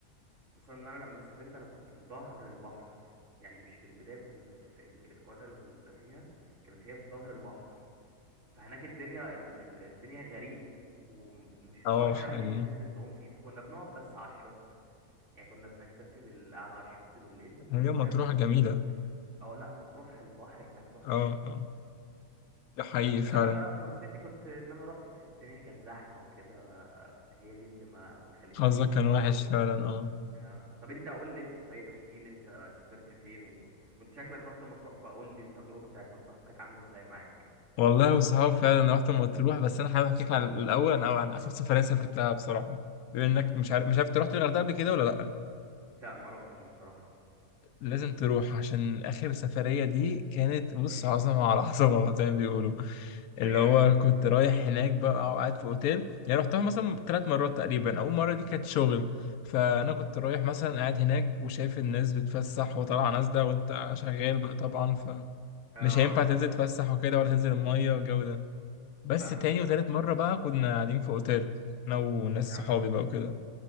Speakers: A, on the right (about 55°); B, on the left (about 80°).
A: خصوصا ان انا لما سافرت انا كنت في ظهر البحر يعني مش في البداية كنا في ال- القرية اللي كنا فيها كانت هي في ظهر البحر فهناك الدنيا ال- ال- الدنيا غريق و- ومش البحر
B: اه حقيقي
A: بقى اللي انت تنزل تعوم فيه فكنا بنقعد بس على الشط يعني كنا بنكتفي بالقعدة على الشط بالليل والمية
B: هي مطروح
A: كنا
B: جميلة
A: بننزل اه لا مطروح البحر هناك تحفة
B: اه اه ده حقيقي
A: آه، بس
B: فعلا
A: انا بقى فرصتي كنت ان انا روحت في الدنيا كانت زحمه وكده فهي دي اللي ما ما خلتنيش
B: حظك
A: اخد
B: كان
A: التجربه
B: وحش فعلا
A: دي
B: اه
A: آه، طب انت قول لي انت طيب احكي لي انت سافرت فين و... وانت شكلك رحت مطروح فقول لي التجربه بتاعت مطروح كانت عامله ازاي معاك
B: والله وصحاب فعلا رحت مطروح بس انا حابب احكي لك عن الاول او عن اخر سفرية سافرتها بصراحة بما انك مش عارف مش عارف أنت رحت الغردقة قبل كده ولا لا
A: لا ما روحتش بصراحه
B: لازم تروح عشان آخر سفرية دي كانت بص
A: امم
B: عظمة على عظمة <laughs> بقى زي ما بيقولوا
A: بجد
B: اللي هو كنت رايح هناك بقى وقاعد في أوتيل يعني رحتها مثلا ثلاث مرات تقريبا أول مرة دي كانت شغل فأنا كنت رايح مثلا قاعد هناك وشايف الناس بتفسح وطالعة نازلة وأنت شغال بقى طبعا فمش
A: اه
B: هينفع تنزل تفسح وكده ولا تنزل المية والجو ده بس
A: فاهمك
B: تاني وتالت مرة بقى كنا قاعدين في أوتيل أنا وناس
A: اه
B: صحابي بقى وكده